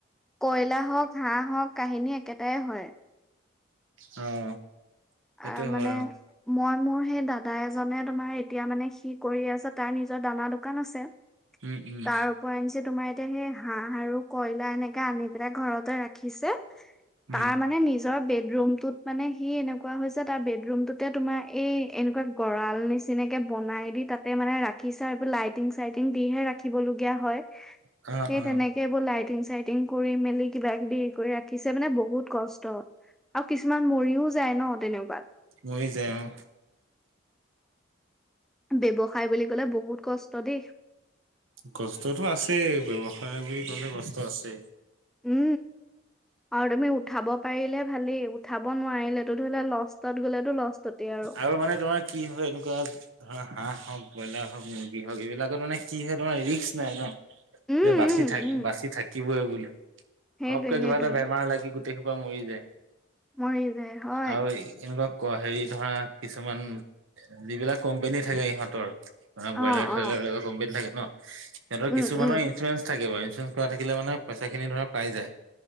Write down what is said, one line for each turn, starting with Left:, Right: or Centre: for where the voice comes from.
Centre: কয়লা হওঁক, হাঁহ হওঁক কাহিনী একেটাই হয়।
Right: অ'। সেইটো
Centre: আ
Right: হয়
Centre: মানে
Right: অ
Centre: মই মোৰ হেই দাদা এজনে তোমাৰ এতিয়া মানে সি কৰি আছে তাৰ নিজৰ দানা দোকান আছে।
Right: উম উম
Centre: তাৰ ওপৰ এনছি তোমাৰ এতিয়া হেই হাঁহ আৰু কয়লা এনেকে আনি পেলাই ঘৰতে ৰাখিছে,
Right: উম
Centre: তাৰ মানে নিজ জৰ বেড ৰুমটোত মানে সি এনেকুৱা হৈছ ছে তাৰ বেড ৰুমটোতে তোমাৰ এই এনেকুৱা গঁড়াল নিচিনাকে বনাই দি তাত তাতে মানে ৰাখিছে। এবোৰ লাইটিং চাইটিং দিহে ৰাখিবলগীয়া হয়।
Right: অ'।
Centre: হেই
Right: অ
Centre: তেনেকে এবোৰ লাইটিং চাইটিং কৰি মেলি কিবা কিবি এই কই ৰাখিছে মানে বহুত কষ্ট। আও কিছুমান মৰিও যায় ন। তেনেকুৱাত
Right: মই যায় অ'।
Centre: ব্যৱসায় বুলি ক'লে বহুত কষ্ট দেই।
Right: কষ্টটো আছেই, ব্যৱসায় বুলি ক'লে কষ্ট আছে।
Centre: উ, আও তুমি উঠাব পাৰিলে ভালেই, উ ঠাব নোৱাৰিলেটো ধই লষ্টতত গ'লেতো লষ্টততেই আৰু।
Right: আৰু মানে তোমাক কি হয় এনেকুৱা ধৰা হাঁহ হওঁক, ব্ৰইলাৰ হওঁক, মুৰ্গী হওঁক এইবিলাকত মানে কি হয় তোমাৰ ৰিক্স নাই ন।
Centre: উম
Right: যে
Centre: উম
Right: বাচি থাক,
Centre: উম
Right: বাচি থাকিবই বুলি,
Centre: সেইটোৱে
Right: ঘপকে কিবা
Centre: সেইটোৱে
Right: এটা বেমাৰ লাগি গোট টে সোপা মৰি যায়।
Centre: মৰি যায়। হয়।
Right: আও এনেকুৱাক ক হেই ধৰা, কিছুমান, যিবিলাক কম্পেনী থাকে ইহঁতৰ মানে
Centre: অ',
Right: ব্ৰইলাৰ চইলাৰ
Centre: অ',
Right: এবিলাকৰ <unintelligible> থাকে ন? এহঁতৰ
Centre: উম,
Right: কিছুমানৰ
Centre: উম,
Right: ইঞ্চুৰেঞ্চ থাকিব, ইঞ্চুৰেঞ্চ কৰা থাকিলে মানে পইচাখিনি ধৰা পাই যায়।